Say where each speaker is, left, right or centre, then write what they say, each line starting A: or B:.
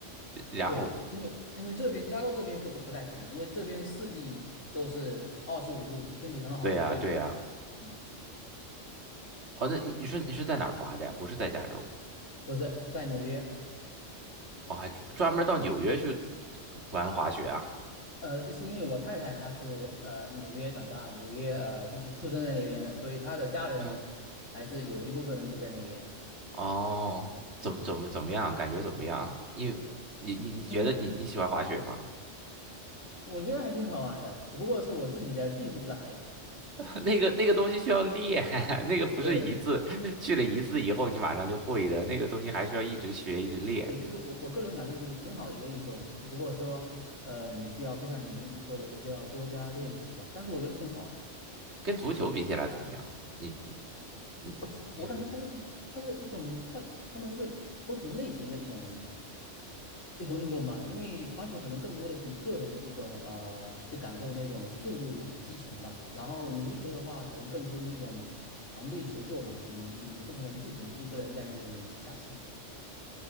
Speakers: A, on the right; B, on the left.
A: 然后
B: 对，因为因为这边加州这边不可不太可能，因为这边四季都是二十五度，天气很好，
A: 对呀、
B: 所以
A: 对呀、
B: 嗯，
A: 哦，那你你是你是在哪儿滑的呀？不是在加州
B: 不是在纽约，
A: 哦，还专专门到纽约去玩滑雪啊？
B: 呃，是因为我太太她是呃纽约长大，纽约呃就是出生在那边的，所以她的家人还是有一部分人住在那边，
A: 嗯，哦，怎么怎么怎么样？
B: 嗯，
A: 感觉怎么样？因为你你你觉得你你喜欢滑雪吗？
B: 嗯，我觉得还挺好玩的，只不过是我自己的技术不咋地，
A: <laughs> 那个那个东西需要练，<laughs> 那个不是一次去了一次以后你马上就会的，
B: 对，
A: 那个东西还需要一直学一直练。
B: 对，就是我我个人感受就是挺好的一个运动，只不过说，呃，你需要就像您说的，就是要多加练习吧。但是我觉得挺好玩的，
A: 跟足球比起来怎么样？你你你觉得？
B: 它是我感觉它是一它是一种它它们是不同类型的一种一种运动吧。因为滑雪可能更多的是你个人的一种呃去感受那种速度激情吧。然后你足球的话，可能更多就是一种团队协作嘛。你你你不可能自己一个人在那里瞎踢，